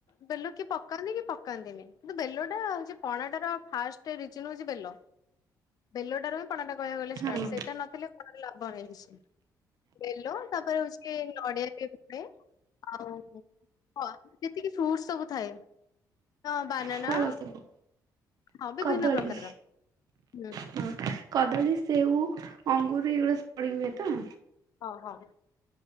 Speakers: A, on the left; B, on the right.
A: ବେଲ କିଏ ପକାନ୍ତି କି ପକାନ୍ତିନି କିନ୍ତୁ ବେଲଟା ହଉଛି ପଣାଟାର ଫାଷ୍ଟ ରିଜନ ହୋଉଛି ବେଲ। ବେଲଟାରୁ ହଁ ପଣା ଟା କହିବାକୁ ଗଲେ ଷ୍ଟାର୍ଟ
B: ହଁ।
A: ସେଇଟା ନଥିଲେ ପଣାରେ ଲାଭ ନାହିଁ କିଛି। ବେଲୋ ତାପରେ ହଉଛି କି ନଡିଆ ବି ଆଉ ଯେତିକି ଫ୍ରୁଟ୍ସ ସବୁ ଥାଏ। ହଁ ବାନନା
B: ଫଳ ସବୁ
A: ହଁ ବିଭିନ୍ନ
B: କଦଳୀ
A: ପ୍ରକାର। ହୁଁ
B: ହଁ କଦଳୀ ସେଉ ଅଙ୍ଗୁର ଏଗୁଡ଼ା ପଡ଼ି ହୁଏ ତ।
A: ହଁ ହଁ।